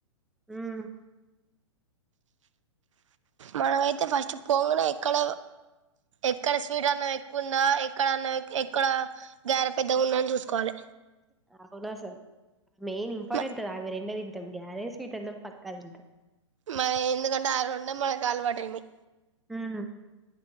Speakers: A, in the centre; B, on the right.
A: హ్మ్
B: మనమయితే ఫస్ట్ పోంగనే ఎక్కడ ఎక్కడ స్వీట్ అన్నం ఎక్కువుందా ఎ ఎక్కడనే ఎక్కడ గేర పెద్ద ఉన్నాని చూసుకోవాలి.
A: అవునసలు మెయిన్ ఇంపార్టెంట్
B: మ
A: అవి రెండే తింటాం గారె స్వీట్ అన్నం పక్కా తింటాం.
B: మరి ఎందుకంటే ఆ రెండే మనకు అలవాటైనయి.
A: హ్మ్